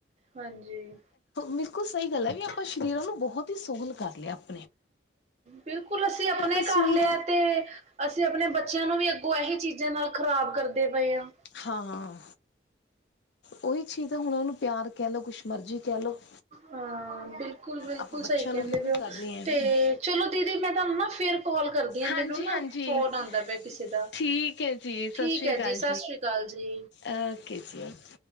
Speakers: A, on the right; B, on the left.
A: ਹਾਂਜੀ,
B: ਬਿਲਕੁਲ ਸਹੀ ਗੱਲ ਹੈ ਵੀ ਆਪਾਂ ਸਰੀਰਾਂ ਨੂੰ ਬਹੁਤ ਹੀ ਸੋਹਲ ਕਰ ਲਿਆ ਆਪਾਂ
A: ਬਿਲਕੁਲ ਅਸੀਂ ਆਪਣੇ
B: ਕਸੂਰ
A: ਕਰ ਲਿਆ ਤੇ ਤੇ ਆਪਣੇ ਬੱਚਿਆਂ ਨੂੰ ਵੀ ਅੱਗੋਂ ਇਹੀ ਚੀਜ਼ਾਂ ਨਾਲ ਖ਼ਰਾਬ ਪਏ ਹਾਂ।
B: ਹਾਂ ਉਹੀ ਚੀਜ਼ ਦਾ ਹੁਣ ਉਹਨ ਨੂੰ ਪਿਆਰ ਕਹਿ ਲਓ ਕੁਛ ਮਰਜ਼ੀ ਕਹਿ ਲਓ
A: ਹਾਂ ਬਿਲਕੁਲ-ਬਿਲਕੁਲ
B: ਆਪਾਂ ਬੱਚਿਆਂ
A: ਸਹੀ ਕਹਿੰਦੇ
B: ਨੂੰ ਵੀ ਉਹੀ
A: ਪਓ
B: ਕਰ ਰਹੇ ਹਾਂ
A: ਤੇ ਚਲੋ ਦੀਦੀ ਮੈਂ ਤਾਂ ਨਾ ਫਿਰ ਕਾਲ ਕਰਦੀ ਹ,
B: ਹਾਂਜੀ
A: ਮੈਨੂੰ ਨਾ
B: ਹਾਂਜੀ
A: ਫੋਨ ਪਿਆ ਕਿਸੇ ਦਾ
B: ਠੀਕ ਹੈ ਜੀ ਸਤਿ
A: ਠੀਕ
B: ਸ਼੍ਰੀ
A: ਹੈ
B: ਅਕਾਲ
A: ਜੀ ਸਤਿ ਸ੍ਰੀ ਅਕਾਲ ਜੀ।
B: ਓਕੇ ਜੀ, ਓਕੇ।